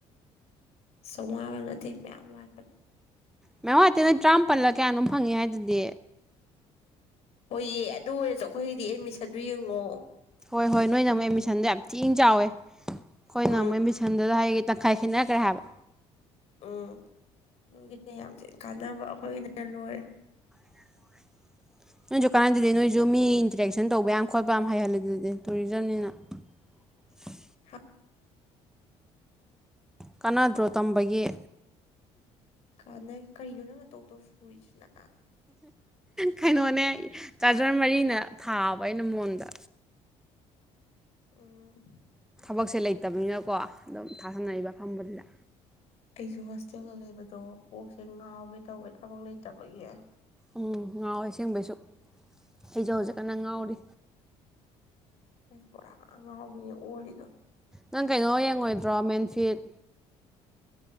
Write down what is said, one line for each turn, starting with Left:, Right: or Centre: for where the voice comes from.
Left: ꯆꯋꯥꯕ ꯅꯠꯇꯦ ꯃꯌꯥꯝ ꯋꯥꯠꯄꯅꯦ
Centre: ꯃꯦꯝꯡ ꯍꯥꯇꯦ ꯅ ꯇꯔꯥꯃꯥꯄꯜꯂ ꯀꯌꯥꯅꯣꯝ ꯐꯪꯉꯤ ꯍꯥꯏꯗꯨꯗꯤ
Left: ꯍꯣꯏꯌꯦ ꯑꯗꯨ ꯑꯣꯏꯔꯁꯨ ꯑꯩꯈꯣꯏꯒꯤꯗꯤ ꯑꯦꯗꯃꯤꯁꯟꯗꯨ ꯌꯦꯡꯉꯣ
Centre: ꯍꯣꯏ ꯍꯣꯏ ꯅꯣꯏꯅ ꯑꯃꯨꯛ ꯑꯦꯠꯃꯤꯁꯟꯗꯣ ꯌꯥꯝ ꯊꯤꯅ ꯆꯥꯎꯋꯦ ꯑꯩꯈꯣꯏꯅ
Left: ꯎꯝ
Centre: ꯑꯃꯨꯛ ꯑꯦꯠꯃꯤꯁꯟꯗꯨꯗ ꯍꯥꯏꯒꯦ ꯇ ꯈꯥꯏꯈꯤꯅꯒ ꯍꯥꯏꯕ
Left: ꯎꯝ ꯑꯗꯨꯒꯤꯅꯦ ꯌꯥꯝ ꯊ ꯀꯥꯟꯅꯕ ꯑꯩꯈꯣꯏꯒꯤꯅ ꯂꯣꯏꯔꯦ
Centre: <unintelligible> ꯅꯣꯏꯁꯨ ꯀꯥꯟꯅꯗꯗꯤ ꯅꯣꯏꯁꯨ ꯃꯤ ꯏꯟꯇꯔꯦꯛꯁꯟ ꯇꯧꯕ ꯌꯥꯝ ꯈꯣꯠꯄ ꯌꯥꯝ ꯍꯩꯍꯜꯂꯦ ꯑꯗꯨꯗꯤ ꯇꯨꯔꯤꯖꯝꯅꯤꯅ <unintelligible>
Left: ꯍꯥ
Centre: ꯀꯥꯟꯅꯗ꯭ꯔꯣ ꯇꯝꯕꯒꯤꯦ
Left: ꯀꯥꯟꯅꯩ ꯀꯔꯤꯅꯣ ꯅꯪꯅ ꯇꯧ ꯇꯧ ꯁꯨꯔꯤꯁꯤꯅ
Centre: ꯀꯩꯅꯣꯅꯦ ꯆꯥꯔꯖꯔ ꯃꯔꯤꯅ ꯊꯥꯕ ꯑꯩꯅ ꯃꯣꯟꯗ
Left: ꯎꯝ
Centre: ꯊꯕꯛꯁꯦ ꯂꯩꯇꯕꯅꯤꯅꯀꯣ ꯑꯗꯨꯝ ꯊꯥꯥꯁꯅꯔꯤꯕ ꯐꯗꯨꯗ
Left: ꯑꯩꯁꯨ ꯍꯣꯁꯇꯦꯜꯗ ꯂꯩꯕꯗꯣ ꯀꯣꯛꯁꯦ ꯉꯥꯎꯒꯦ ꯇꯧꯋꯦ ꯊꯕꯛ ꯂꯩꯇꯕꯒꯤ
Centre: ꯎꯝ ꯉꯥꯎꯋꯦ ꯑꯁꯦꯡꯕꯩꯁꯨ ꯑꯩꯁꯨ ꯍꯧꯖꯤꯛ ꯀꯟꯅ ꯉꯥꯎꯔꯤ
Left: ꯑꯁ ꯕꯣꯔꯥ ꯉ ꯉꯥꯎꯕꯅꯤ ꯑꯣꯜꯂꯤꯗꯣ
Centre: ꯅꯪ ꯀꯩꯅꯣ ꯌꯦꯡꯉꯣꯏꯗ꯭ꯔꯣ ꯃꯦꯟꯐꯤꯠ